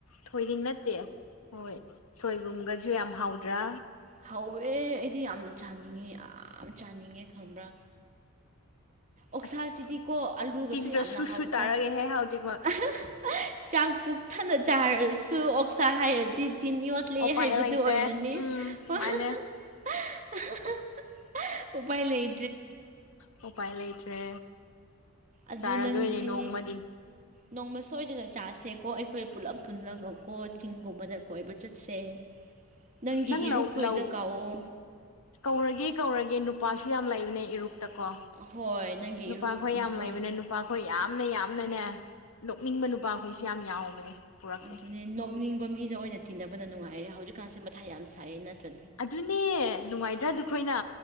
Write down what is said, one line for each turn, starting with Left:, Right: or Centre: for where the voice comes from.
Left: ꯊꯣꯏꯗꯤꯡ ꯅꯠꯇꯦ ꯍꯣꯏ ꯁꯣꯏꯕꯨꯝꯒ ꯁꯨ ꯌꯥꯝ ꯍꯥꯎꯗ꯭ꯔꯥ
Right: ꯍꯧꯋꯦ ꯑꯩꯗꯤ ꯌꯥꯝ ꯆꯥꯅꯤꯡꯉꯦ ꯌꯥꯝ ꯆꯥꯅꯤꯡꯉꯦ ꯈꯪꯕ꯭ꯔꯥ ꯑꯣꯛꯁꯥꯁꯤꯗꯤꯀꯣ
Left: ꯑꯁ
Right: ꯑꯂꯨꯒꯁꯨ
Left: ꯇꯤꯟꯒ
Right: ꯌꯥꯝꯅ
Left: ꯁꯨ
Right: ꯍꯥꯎꯇ꯭ꯔꯥ
Left: ꯁꯨ ꯇꯥꯔꯒꯦꯍꯦ ꯍꯧꯖꯤꯛꯃꯛ
Right: ꯑꯍ ꯍ <unintelligible> ꯆꯥꯛ ꯄꯨꯛ ꯊꯟꯅ ꯆꯥꯔꯁꯨ ꯑꯣꯛꯁꯥ ꯍꯥꯏꯔꯗꯤ ꯇꯤꯟ ꯌꯣꯠꯂꯦ
Left: ꯎꯄꯥꯏ
Right: ꯍꯥꯏꯕꯗꯨ
Left: ꯂꯩꯇꯦ
Right: ꯑꯣꯏꯔꯅꯤ
Left: ꯎꯝ
Right: ꯋꯍꯍ
Left: ꯃꯥꯅꯦ
Right: ꯍ ꯍꯍ ꯍ ꯎꯄꯥꯏ ꯂꯩ
Left: ꯑꯣꯄꯥꯏ ꯂꯩꯇ꯭ꯔꯦ
Right: ꯑꯗꯨ
Left: ꯆꯥꯔꯗꯣꯏꯅꯦ
Right: ꯅꯪꯗꯤ
Left: ꯅꯣꯡꯃꯗꯤ
Right: ꯅꯣꯡꯃ ꯁꯣꯏ ꯁꯤꯗ <unintelligible> ꯆꯥꯁꯦꯀꯣ ꯑꯩꯈꯣꯏ ꯄꯨꯜꯂꯞ ꯄꯨꯜꯂꯒꯀꯣ ꯆꯤꯡꯒꯨꯝꯕꯗ ꯀꯣꯏꯕ ꯆꯠꯁꯦ ꯅꯪꯒꯤ
Left: ꯅꯪ
Right: ꯏꯔꯨꯞ
Left: ꯂꯧ
Right: ꯈꯣꯏꯗ
Left: ꯂꯧ
Right: ꯀꯥꯎꯑꯣ
Left: ꯀꯧꯔꯒꯦ ꯀꯧꯔꯒꯦ ꯅꯨ ꯅꯨꯄꯥꯁꯨ ꯌꯥꯝ ꯂꯩꯕꯅꯦ ꯏꯔꯨꯛꯇꯀꯣ
Right: ꯍꯣꯏ ꯅꯪꯒꯤ
Left: ꯅꯨꯄꯥꯈꯣꯏ
Right: ꯏꯔꯨꯞ
Left: ꯌꯥꯝ
Right: ꯅꯨꯄꯥ
Left: ꯂꯩꯕꯅꯦ ꯅꯨꯄꯥꯈꯣꯏ ꯌꯥꯝꯅ ꯌꯥꯝꯅꯅꯦ ꯅꯣꯛꯅꯤꯡꯕ ꯅꯨꯄꯥꯈꯣꯏꯁꯨ ꯌꯥꯝ ꯌꯥꯎꯕꯅꯦ ꯄꯨꯔꯛꯀꯦ
Right: ꯑꯗꯨꯅꯦ ꯅꯣꯛꯅꯤꯡꯕ ꯃꯤꯗ ꯑꯣꯏꯅ ꯇꯤꯟꯅꯕꯅ ꯅꯨꯡꯉꯥꯏꯔꯦ ꯍꯧꯖꯤꯛꯀꯥꯟꯁꯦ ꯃꯊꯥ ꯌꯥꯝ ꯁꯥꯏꯌꯦ ꯅꯠꯇ꯭ꯔ
Left: ꯑꯗꯨꯅꯦ ꯅꯨꯡꯉꯥꯏꯗ꯭ꯔꯥ ꯑꯗꯨꯈꯣꯏꯅ